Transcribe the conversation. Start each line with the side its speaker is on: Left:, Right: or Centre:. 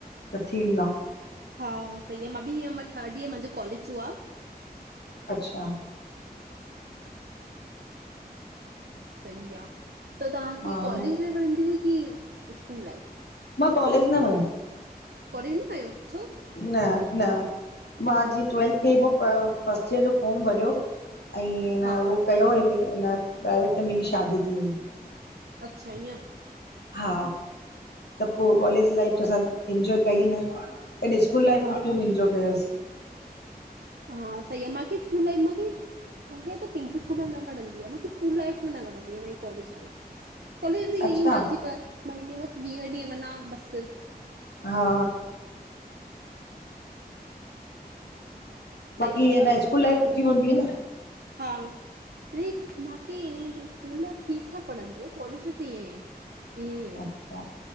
Left: त थी ईंदाऊं।
Right: हा हा सही आ, मां बि इअ थड ईयर मुंजो कॉलेज जो आ।
Left: अच्छा।
Right: सई आ, त तांखे
Left: हा
Right: कॉलेज
Left: न
Right: लाइव वढ़ंदी हुई की, स्कूल लाइफ?
Left: मां कॉलेज न वयम।
Right: कॉलेज न कयो, छो?
Left: न न, मां जीअं ट्वेल्थ कई पो फर्स्ट ईयर जो फॉर्म भरियो ऐंई
Right: हा
Left: न हो कयोई न, प्राइवेट ते मुंजी शादी थी वई‌।
Right: अच्छा ईअं।
Left: हा त पो, कॉलेज लाइफ असां इनजॉय कई न। कॾे स्कूल लाइफ
Right: हा
Left: में ख़ूब इंजॉए कयोसी।
Right: हा सही आ, मांखे इस्कूल लाइफ माखे मूंखे पिज न वणंदी आ, मुखे स्कूल लाइफ न वणंदी आ न कालेज लाइफ। कॉलेज त इअं
Left: अच्छा
Right: ई मा <unintelligible> महीने बसि वीह ॾींहं वञा बसि।
Left: हा।
Right: सही
Left: बाक़ी
Right: आहे
Left: य न स्कूल लाइ सुठी हूंदी आ न।
Right: हा, न मांखे की मतिलब स्कूल लाइफ ठीक ठाक पढ़ंदी आ, कॉलेज लाइ ईअं ई आहे ईअं ई आहे।
Left: अच्छा